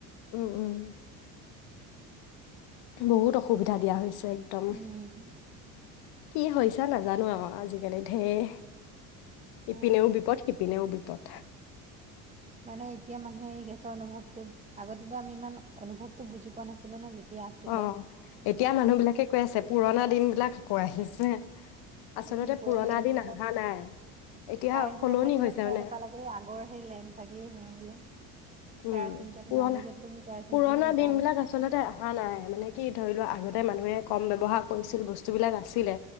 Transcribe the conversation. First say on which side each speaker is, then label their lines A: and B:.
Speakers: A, on the left; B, on the right.
A: উম- উম বহুত অসুবিধা দিয়া হৈছে। একদম।
B: উম
A: কিহ‌ হৈছে নাজানো আৰু আজিকালি ঢেৰ।
B: হয়
A: ইপিনেও
B: তুমি
A: বিপদ সিপিনেও বিপদ
B: মানে এতিয়া মানুহে এই গেছৰ অনুভৱটো আগতেতো আমি ইমান অনুভৱতটো বুজি পোৱা নাছিলো ন যেতিয়া আছিলে।
A: অহ ', এতিয়া মানুহ বিলাকে কৈ আছে। পুৰণা দিনবিলাক আকৌ আহিছে। আচলতে
B: উম', পুৰণি
A: পুৰণা দিন
B: বিলাক,
A: অহা নাই এতিয়া
B: কাৰেণ্টটো
A: সলনি
B: নাথাকিলেও
A: হৈছে
B: তোমাৰ
A: মানে
B: এনেকুৱা লাগে আগৰ সেই লেম্প চাগি হোৱা হলে। কেৰাচিন
A: উম
B: তেল
A: পুৰণা
B: হোৱালে এতিয়াতো তুমি কেৰাচিন
A: পুৰণা
B: তেলো নোপোৱা।
A: দিন বিলাক আচলতে অহা নাই মানে কি ধৰি লোৱা আগতে মানুহে কম ব্যৱহাৰ কৰিছিল বস্তুবিলাক আছিলে।